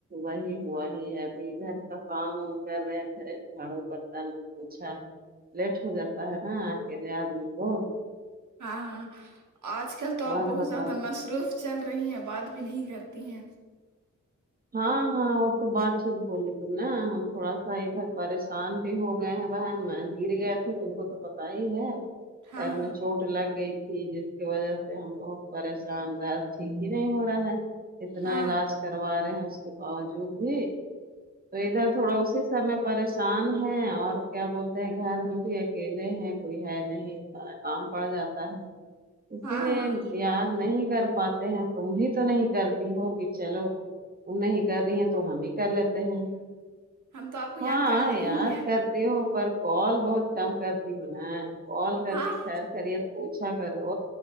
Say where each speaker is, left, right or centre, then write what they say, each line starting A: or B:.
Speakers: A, on the right (about 30°); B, on the right (about 80°).
A: وہی ہوا ہی ہے ابھی گھر کا کام وم کر رہے تھے جھاڑوں برتن اچھا لیٹ ہو جاتا ہے نا اکیلے آدمی کو
B: ہاں ہاں آج کل تو آپ
A: اور
B: بہت
A: بتا
B: زیادہ مصروف چل رہی ہیں بات بھی نہیں کرتی ہیں
A: ہاں ہاں وہ تو بات ٹھیک بولی تم نا ہم تھوڑا سا ادھر پریشان بھی ہو گئے ہیں بہن میں گر گئے تھے تم کو تو پتا ہی ہے
B: ہاں
A: پیر
B: ہاں
A: میں چوٹ لگ گئی تھی جس کی وجہ سے ہم بہت پریشان دار ٹھیک ہی نہیں ہو رہا ہے اتنا
B: ہاں
A: علاج کروا رہے ہیں اس کے باوجود بھی تو ادھر تھوڑا اسی سیں پریشان ہیں اور کیا بولتے ہیں گھر میں بھی اکیلے ہیں کوئی ہے نہیں سارا کام پڑ جاتا ہے اسی
B: ہاں
A: لیے
B: ہاں
A: یاد نہیں کر پاتے ہیں تم بھی تو نہیں کرتی ہو کہ چلو وہ نہیں کر رہی ہیں تو ہم ہی کر لیتے ہیں
B: ہم تو آپ کو یاد
A: ہاں
B: کرتے
A: یاد
B: ہی ہیں
A: کر ہو پر کال بہت کم کرتی ہو نا کال کر
B: ہاں
A: کے خیر خری ہےت پوچھا کرو